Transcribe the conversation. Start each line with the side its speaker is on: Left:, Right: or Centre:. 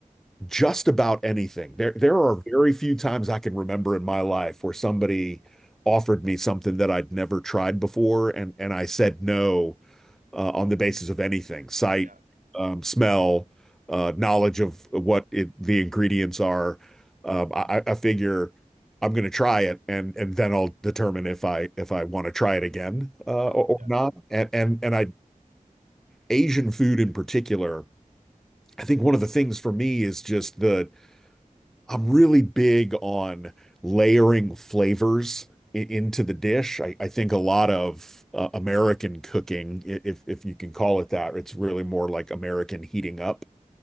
Centre: just about anything. There, there are very few times I can remember in my life where somebody offered me something that I'd never tried before, and and I said no uh, on the basis of anything, sight,
Right: Yeah,
Centre: um, smell, uh, knowledge of what it, the ingredients are. Um, I, I figure I'm going to try it, and and then I'll determine if I if I want to try it again uh,
Right: yeah,
Centre: or, or
Right: yeah,
Centre: not. And and and I Asian food in particular. I think one of the things for me is just the I'm really big on layering flavors i- into the dish. I, I think a lot of uh, American cooking, i- if if you can call it that, it's really more like American heating up